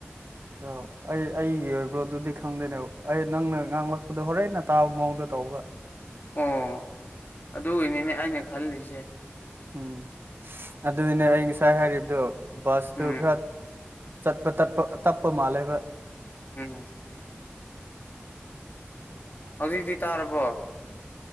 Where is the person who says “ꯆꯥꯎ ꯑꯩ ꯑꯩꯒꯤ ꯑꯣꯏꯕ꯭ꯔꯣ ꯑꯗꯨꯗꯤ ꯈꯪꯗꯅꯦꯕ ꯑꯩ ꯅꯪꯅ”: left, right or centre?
Right